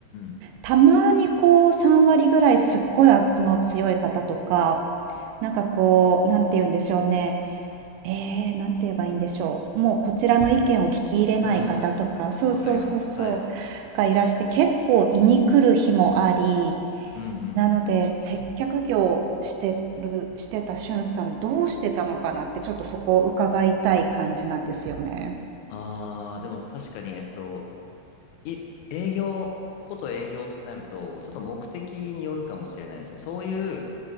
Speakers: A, on the left; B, on the right.
A: ん。
B: たまにこう3割ぐらいすっごい悪の強い方とか、なんかこう、なんて言うんでしょうね。えー、なんて言えばいいんでしょう。もうこちらの意見を聞き入れない方とか、
A: うーん。
B: そうそうそうそう、
A: わかります。はい。
B: がいらして結構胃に来る日もあり、
A: うんうんうん。
B: なので接客業してる、してたしゅんさんどうしてたのかなってちょっとそこを伺いたい感じなんですよね。
A: あー、でも確かに、えっと、い、営業、こと営業ってなると、ちょっと目的によるかもしれないですね。そういう